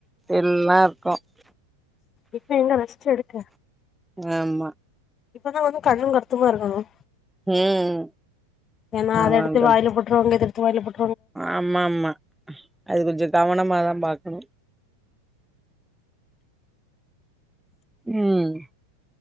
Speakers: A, in the centre; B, on the left (about 25°).
A: எல்லாம் இருக்கும்
B: இப்ப என்ன ரெஸ்ட் எடுக்க
A: ஆமா
B: இப்பதான் வந்து கண்ணும் கருத்துமா இருக்கணும்
A: ம்
B: ஏனா
A: ஆமா
B: அத எடுத்து
A: தோழி
B: வாயில போட்டுறவாங்க இத எடுத்து <unintelligible>
A: ஆமா ஆமா அது கொஞ்சம் கவனமாதான் பா உம் உம்